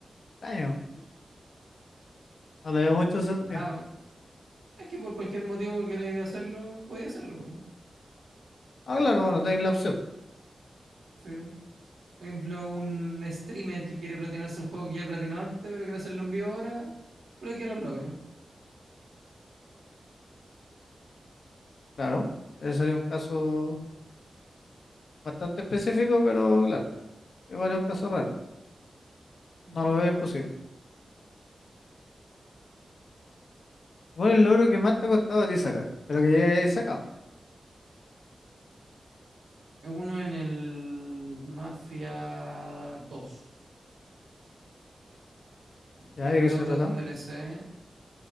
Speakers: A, on the left; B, on the right.
A: Extraño,
B: Sí.
A: no le veo mucho
B: Mm,
A: sentido.
B: Nada, es que por cualquier motivo que queréis hacerlo, podía hacerlo. pu.
A: Ah, claro, bueno, tenéis la opción,
B: Sí. Por ejemplo, un streamer que quiere platinarse un juego que ya platinó antes, pero quiere hacerlo en vivo ahora, bloquea los logros.
A: claro. Ese sería un caso bastante específico, pero claro, igual es un caso raro.
B: Ujú.
A: No lo veo imposible. ¿Cuál es el logro que más te ha costado a ti sacar? Pero que ya hayáis sacado.
B: Uno en el Mafia dos que
A: ¿Ya
B: es
A: de
B: un
A: qué
B: logro
A: se trató?
B: de un DLC,